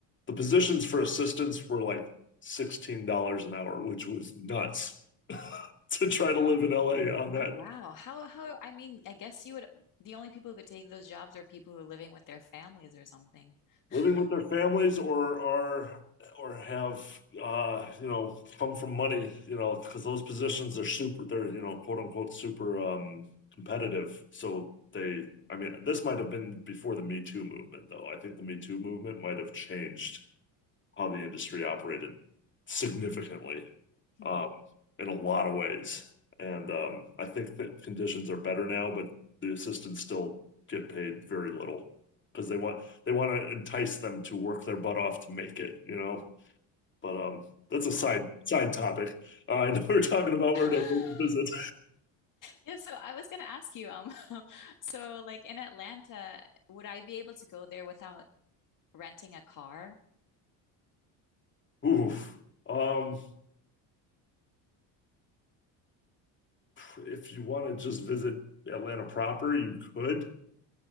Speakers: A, on the left; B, on the left.
A: the positions for assistants were like $16 an hour, which was nuts <laughs> to try to live in LA on that
B: Oh wow. How how I mean, I guess you would the only people who could take those jobs are people who are living with their families or something. <laughs>
A: living with their families or are or have uh you know come from money you know because those positions are super they're you know quote unquote super um competitive so they I mean this might have been before the Me Too movement though I think the Me Too movement might have changed how the industry operated significantly
B: Hmm.
A: um, in a lot of ways. And um, I think that conditions are better now, but the assistants still get paid very little because they want they want to entice them to work their butt off to make it, you know. But um, that's
B: Wow.
A: a side side topic. Uh, I know we're talking about
B: <laughs>
A: where to where to visit.
B: Yeah, so I was gonna ask you, um, <laughs> so like in Atlanta, would I be able to go there without renting a car?
A: <laughs> Oof. Um, if you want to just visit Atlanta proper, you could.